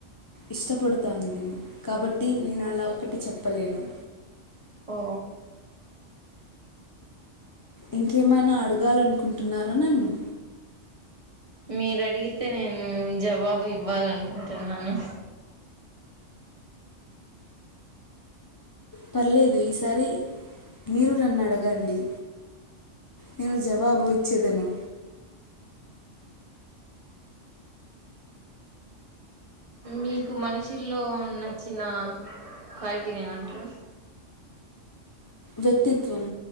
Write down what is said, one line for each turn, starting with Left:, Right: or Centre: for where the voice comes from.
Left: ఇష్టపడతాను నేను, కాబట్టి నేను అలా ఒక్కటి చెప్పలేను.
Right: ఓ
Left: ఇంకేమైనా అడగాలనుకుంటున్నారా నన్ను.
Right: మీరు అడిగితే నేను జవాబు ఇవ్వాలనుకుంటున్నాను.
Left: పర్లేదు ఈసారి మీరు నన్ను అడగండి. నేను జవాబు ఇచ్చేదను.
Right: మీకు మనుషుల్లో నచ్చిన క్వాలిటీని ఏమంటరు.
Left: వ్యక్తిత్వం.